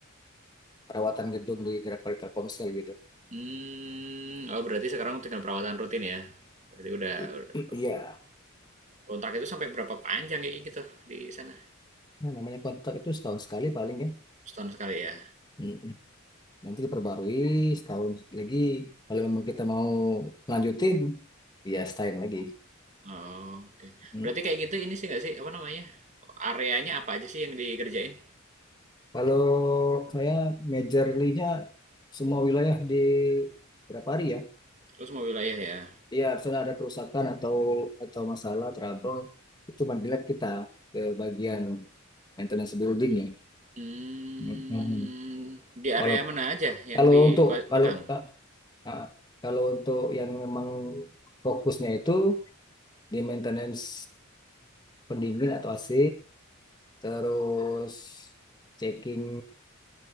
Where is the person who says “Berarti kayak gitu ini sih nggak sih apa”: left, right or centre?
Right